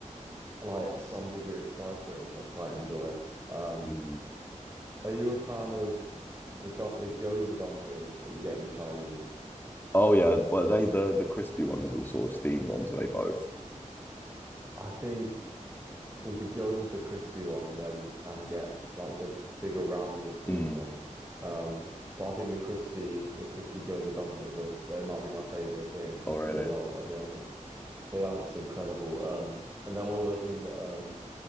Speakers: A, on the right; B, on the left.
A: like some degree of spice to it, which I quite enjoy. Um,
B: mm,
A: are you a fan of the du- the gyoza dumplings that you get in the Chinese?
B: Oh yeah, well, are they the the crispy ones or the sort of steamed ones? Are they both?
A: I think well, the gyoza is the crispy one, and then you can get like the bigger, rounder steamed
B: mm,
A: ones. Um, but I think the crispy the crispy gyoza dumplings are, they might be my favorite thing
B: Oh really?
A: in the world, I'll be honest. They are just incredible. Um, and they're one of those things that um